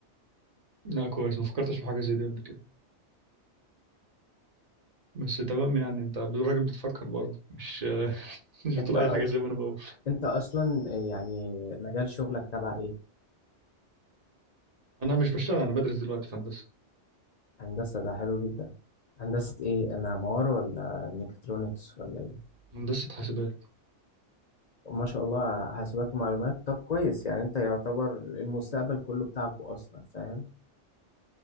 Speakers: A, on the right (about 40°); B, on the left (about 55°).
A: لا كويس ما فكرتش في حاجة زي دي قبل كده بس تمام يعني انت الراجل بتفكر برضه مش <laughs> مش
B: انت
A: بتقول
B: أ-
A: اي حاجه زي ما انا بقول
B: انت اصلا يعني مجال شغلك تبع ايه
A: انا مش بشتغل انا بدرس دلوقتي في هندسه
B: هندسة ده حلو جدا هندسة ايه معمار ولا ميكاترونكس ولا ايه
A: هندسه حاسبات
B: ما شاء الله حاسبات ومعلومات طب كويس يعني انت يعتبر المستقبل كله بتاعكو اصلا فاهم